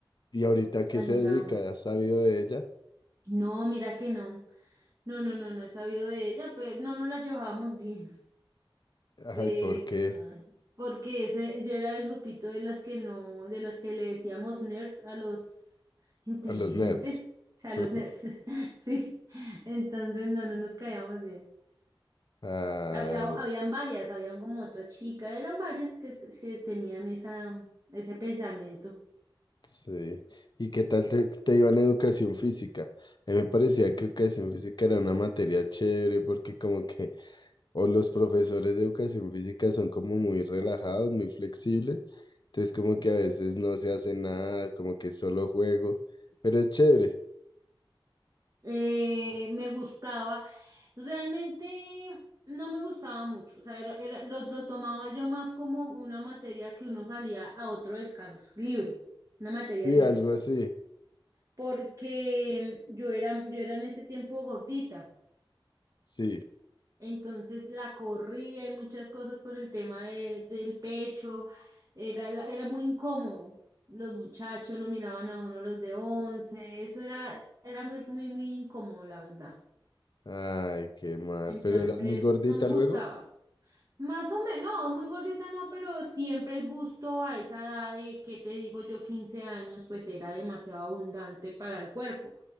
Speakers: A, on the left; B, on the right.
A: ¿Y ahorita qué
B: La
A: se
B: admirábamos.
A: dedica? ¿Has sabido de ella?
B: No, mira que no. No, no, no, no he sabido de ella, pero no nos la llevábamos bien. Pero
A: Ay, ¿por qué?
B: ah, porque ese, yo era el grupito de las que no, de las que le decíamos nerds a los <laughs> inteligentes,
A: A los nerds.
B: o sea, a los
A: <laughs>
B: nerds. <laughs> Sí. Entonces no, no nos caíamos bien.
A: Ah,
B: Había, habían
A: no,
B: varias, habían como otra chica, eran varias que, se- que tenían esa, ese pensamiento.
A: sí. ¿Y qué tal te, te iba en educación física? A mí me parecía que educación física era una materia chévere porque como que O los profesores de educación física son como muy relajados, muy flexibles. Entonces como que a veces no se hace nada, como que solo juego. Pero es chévere.
B: eh, me gustaba, realmente no me gustaba mucho, o sea, era- era- lo, lo tomaba yo más como una materia que uno salía a otro descanso, libre, una materia
A: Sí,
B: libre,
A: algo
B: por-
A: así.
B: porque yo era, yo era en ese tiempo gordita,
A: Sí.
B: entonces la corría y muchas cosas por el tema de- del pecho, era, la- era muy incómodo. Los muchachos lo miraban a uno los de once, eso era, era muy, muy, muy incómodo, la verdad.
A: Ay, qué mal.
B: Entonces,
A: ¿Pero eras muy gordita
B: no me gustaba.
A: luego?
B: Más o menos, no, muy gordita no, pero siempre el busto a esa edad de, ¿qué te digo yo? quince años, pues era demasiado abundante para el cuerpo.